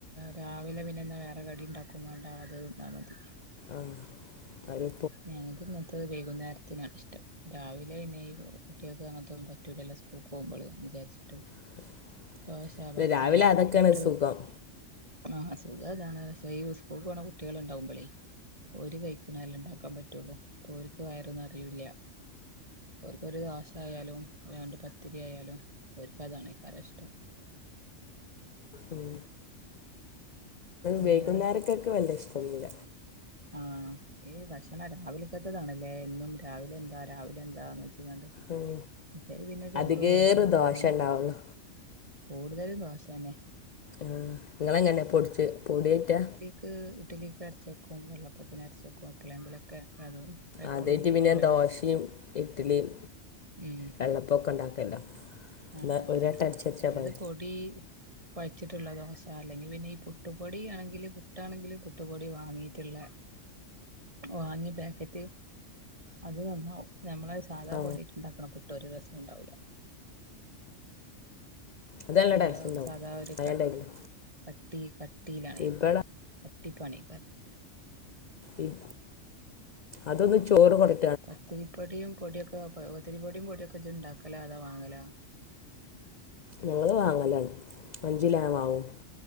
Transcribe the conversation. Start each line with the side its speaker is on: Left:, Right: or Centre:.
Right: രാവിലെ പിന്നെന്താ വേറെ കടി ഉണ്ടാക്കുംവാണ്ട് അത് തിന്നാൽ മതി
Left: അം അവര്
Right: ഞങ്ങൾക്ക് ഇന്നത്ത വൈകുന്നേരത്തിനാ ഇഷ്ടം രാവിലെ പിന്നെ ഈ കുട്ടികൾക്ക് അങ്ങനത്തൊന്നും പറ്റൂല്ലല്ലോ സ്കൂൾക്ക് പോകുമ്പോൾ എന്ന് വിചാരിച്ചിട്ട്
Left: <inaudible>
Right: ദോശ
Left: അല്ല
Right: പത്തിരി
Left: രാവിലെ അതൊക്കെയാണ്
Right: പുട്ട്
Left: സുഖം
Right: ആഹ് സുഖം അതാണ് പക്ഷേ ഈ സ്കൂള് പോണ കുട്ടികള് ഉണ്ടാവുമ്പോളേ ഒരു കൈ നല്ല ഉണ്ടാക്കാൻ പറ്റുള്ളൂ ഓല്ക്ക് വയറ് നിറയൂല്ലാ ഓരുക്കൊരു ദോശ ആയാലും രണ്ട് പത്തിരിയാലും ഓര്ക്ക് അതാണ്ഏറെ ഇഷ്ടം
Left: ഉം
Right: പിന്നെ
Left: വൈകുന്നേരത്തക്ക് വല്ല്യ ഇഷ്ടൊന്നൂല്ല
Right: ആഹ് ഈ ഭക്ഷണം രാവിലക്കത്തെതാണല്ലേ എന്നും രാവിലെ എന്താ രാവിലെ എന്താന്ന് വെച്ച് കാണ്ട്
Left: ഉം.
Right: മറ്റേത് പിന്നെ ചോറും
Left: അധികേറെ
Right: കൈക്കരു കറിയും
Left: ദോശ ഉണ്ടാവുള്ളു
Right: കൂടുതലും ദോശ തന്നെ
Left: ആഹ് നിങ്ങളെങ്ങനെ പൊടിച്ചു പൊടിയായിട്ടാ
Right: ഉം ഇഡ്ഡലിക്ക്അരച്ച് വെക്കും വെള്ളേപ്പത്തിന് അരച്ച് വെക്കും എപ്പളേങ്കിലൊക്കെ അതും എപ്പളും
Left: അത് കയിഞ്ഞിട്ട്
Right: പറ്റൂലല്ലോ
Left: പിന്നെ ദോശയും ഇഡ്ഡലിയും
Right: ഉം
Left: വെള്ളേപ്പൊക്കെ ഉണ്ടാക്കല്ലോ
Right: ആഹ്
Left: എന്നാ
Right: അത്
Left: ഒരു
Right: തന്നെ
Left: വട്ടം അടിച്ചടിച്ചാ
Right: മറ്റേത്
Left: പോരെ
Right: പൊടി കുയച്ചിട്ടുള്ള ദോശ അല്ലെങ്കിൽ പിന്നെ ഈ പുട്ടുപൊടി ആണെങ്കിൽ പുട്ടാണെങ്കിലും പുട്ടുപൊടി വാങ്ങിട്ട് ഇല്ലേ വാങ്ങിയ പാശ്ക്കറ്റ് അത് തന്നു നമ്മളെ സാധാ
Left: ആ
Right: പൊടിയിട്ടുണ്ടാക്കണ പുട്ട് ഒരു രസോം ഉണ്ടാവില്ല.
Left: അതല്ല
Right: നമ്മള്
Left: ടേസ്റ്റ് ഉണ്ടാവും
Right: സാധാ ഒരു
Left: അയണ്ടായിരുന്നു
Right: ക കട്ടി കട്ടിയിലാണ് ഈ
Left: ഇവിടെ
Right: കരം കട്ടി പണി
Left: ഉം അതൊന്ന് ചോറ് കൊടു
Right: പത്തിരിപ്പൊടിയും പൊടിയൊക്കെ പത്തിരി പൊടിയും പൊടിയൊക്കെ ഇജ് ഉണ്ടാക്കലാ അതോ വാങ്ങലാ
Left: ഞങ്ങള് വാങ്ങലാണ് അഞ്ച് കിലോ ഞാൻ വാങ്ങും